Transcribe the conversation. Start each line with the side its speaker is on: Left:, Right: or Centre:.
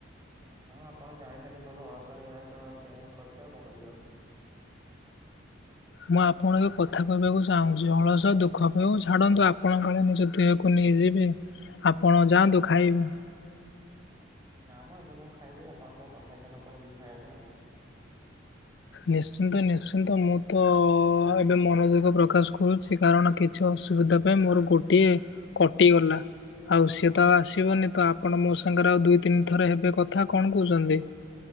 Right: ହଁ ଆପଣ ଜାଣିଛନ୍ତି ମୁଁ ଏବେ ଅଳସୁହା ହେଲାଣି ତ ସେଇଆ ହିଁ କରିଛ ଆଉ କଣ କରିବି ଆଉ?
Left: ମୁଁ ଆପଣଙ୍କ କଥା କହିବାକୁ ଚାହୁଁଛି ଅଳସୁଆ ଦୁଃଖ ପାଏ ଛାଡ଼ନ୍ତୁ ଆପଣଙ୍କ କାଳେ ନିଜ ଦେହକୁ ନେଇଯିବେ ଆପଣ ଯାଆନ୍ତୁ ଖାଇବେ?
Right: ନା ମ ଏବେ କଣ ଖାଇବି ଆପଣଙ୍କ ସହ କଥା ହେଇ ସାରିଲା ପରେ ଯିବି ଖାଇବା ପାଇଁ ଆଉ
Left: ନିଶ୍ଚିନ୍ତ ନିଶ୍ଚିନ୍ତ ମୁଁ ତ ଏବେ ମନୋଦୁଃଖ ପ୍ରକାଶ କରୁଛି କାରଣ କିଛି ଅସୁବିଧା ପାଇଁ ମୋର ଗୋଟିଏ କଟିଗଲା। ଆଉ ସିଏ ତ ଆଉ ଆସିବନି ତ ଆପଣ ମୋ ସାଙ୍ଗରେ ଆଉ ଦୁଇ ତିନି ଥର ହେବେ କଥା କଣ କହୁଛନ୍ତି?